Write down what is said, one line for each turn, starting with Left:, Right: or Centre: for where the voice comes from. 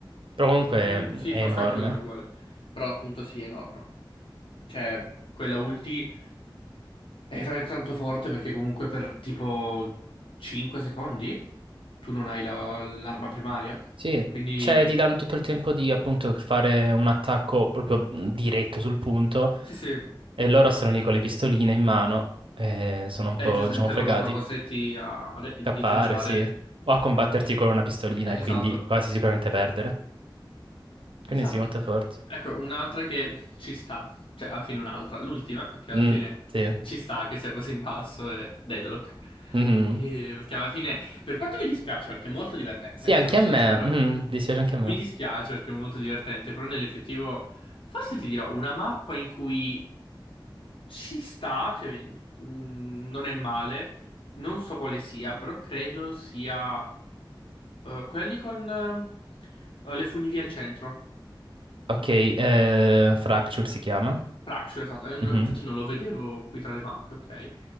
Right: Però comunque
Left: Mm,
Right: mh,
Left: sì,
Right: è
Left: forse
Right: enorme.
Left: anche secondo me è uguale. Però appunto sì, è enorme. Cioè, quella ulti... È veramente tanto forte perché comunque per tipo 5 secondi tu non hai la- l'arma primaria.
Right: Sì.
Left: Quindi
Right: Cioè, ti danno tutto il tempo di appunto fare un attacco proprio mh, diretto sul punto.
Left: sì, sì,
Right: E loro sono lì con le pistoline in mano. E sono un
Left: eh,
Right: po',
Left: giustamente
Right: diciamo, fregati.
Left: loro sono costretti a re- indietreggiare.
Right: Scappare, sì. O a combatterti
Left: Eh, c-
Right: con una pistolina
Left: Esatto,
Right: e quindi quasi sicuramente perdere.
Left: esatto.
Right: Quindi sì, molto forte.
Left: Ecco, un'altra che ci sta, cioè alla fine un'altra, l'ultima che alla
Right: Mm,
Left: fine
Right: sì.
Left: ci sta che sia così in basso è Deadlock.
Right: Mhm.
Left: E perché alla fine, per quanto mi dispiace, perché è molto divertente,
Right: Sì,
Left: eh,
Right: anche
Left: ti sarò sincero.
Right: a me. Mhm, dispiace anche a me.
Left: Mi dispiace perché è molto divertente, però nell'effettivo forse ti dirò una mappa in cui ci sta, cioè, mm, non è male, non so quale sia, però credo sia eh, quella lì con eh, le funivie al centro.
Right: Ok, eh, Fracture si chiama.
Left: Fracture, esatto, Eh, no-
Right: Mhm.
Left: infatti non lo vedevo qui tra le mappe, ok?